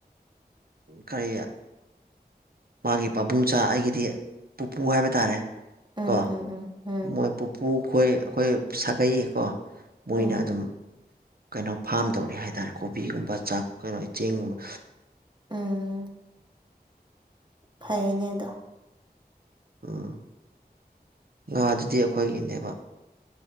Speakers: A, on the right (about 65°); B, on the right (about 25°).
A: ꯀꯔꯤ ꯃꯥꯒꯤ ꯄꯥꯕꯨꯡꯆꯥ ꯑꯩꯒꯤꯗꯤ ꯄꯨꯄꯨ ꯍꯥꯏꯕ ꯇꯥꯔꯦ
B: ꯎꯝ
A: ꯀꯣ
B: ꯎꯝ ꯎꯝ ꯎꯝ
A: ꯃꯣꯏ ꯄꯨꯄꯨ ꯈꯣꯏ ꯑꯩꯈꯣꯏ ꯁꯥꯒꯩꯌꯦꯀꯣ ꯃꯣꯏꯅ
B: ꯎꯝ
A: ꯑꯗꯨꯝ ꯀꯩꯅꯣ ꯐꯥꯝ ꯇꯧꯔꯤ ꯍꯥꯏꯇꯥꯔꯦ ꯀꯣꯕꯤꯒꯨꯝꯕ ꯆꯥꯛ ꯀꯩꯅꯣ ꯆꯦꯡꯒꯨꯝꯕ
B: ꯎꯝ ꯐꯩꯅꯦ ꯑꯗꯣ
A: ꯎꯝ ꯉꯥꯗꯨꯗꯤ ꯑꯩꯈꯣꯏꯒꯤꯅꯦꯕ